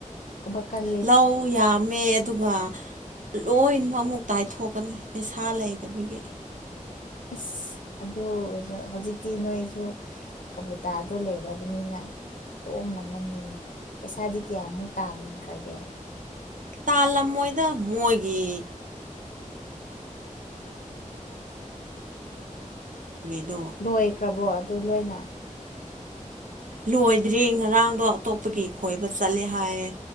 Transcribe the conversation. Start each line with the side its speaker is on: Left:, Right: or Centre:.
Left: ꯊꯕꯛ ꯀꯜ
Right: ꯂꯧ ꯌꯥꯝꯃꯦ ꯑꯗꯨꯒ ꯂꯣꯢꯅ ꯑꯃꯨꯛ ꯇꯥꯢꯊꯣꯛꯀꯅꯤ ꯄꯩꯁꯥ ꯂꯩꯇꯕꯒꯤ
Left: ꯑꯁ ꯑꯗꯣ ꯑꯣꯢꯖꯨ ꯍꯧꯖꯤꯛꯇꯤ ꯅꯣꯢꯖꯨ ꯀꯕꯨꯇꯥꯗꯣ ꯂꯩꯔꯕꯅꯤꯅ ꯀꯣꯝꯅ ꯃꯝꯃꯤꯅꯦ ꯄꯩꯁꯥꯗꯤ ꯀꯌꯥꯃꯨꯛ ꯇꯥꯟꯈ꯭ꯔꯒꯦ
Right: ꯇꯥꯜꯂꯝꯃꯣꯢꯗ ꯃꯣꯢꯒꯤ <unintelligible>
Left: ꯂꯣꯢꯈ꯭ꯔꯕꯣ ꯑꯗꯣ ꯂꯣꯢꯅ
Right: ꯂꯣꯢꯗ꯭ꯔꯤ ꯉꯔꯥꯡꯗꯣ ꯑꯇꯣꯞꯄꯒꯤ ꯈꯣꯢꯕ ꯆꯠꯂꯦ ꯍꯥꯢꯌꯦ